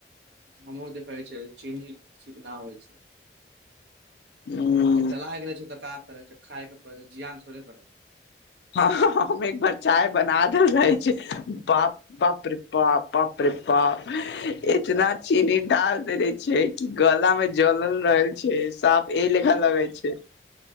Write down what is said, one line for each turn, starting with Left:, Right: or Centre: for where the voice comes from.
Right: हमहूँ देखे छियै चीनी चिकना होइ छै
Left: ह।
Right: अब लाय के रहे छै, तका कर छै, खाय के पड़े छै, जियान थोड़े करे छै।
Left: हँ, हम एक बार चाय बना देल रहे छै बाप रे बा बाप रे वाप इतना चीनी डाल दे रहे छै, कि गला मे जलल रहल छै साप ए लेखा लगे छै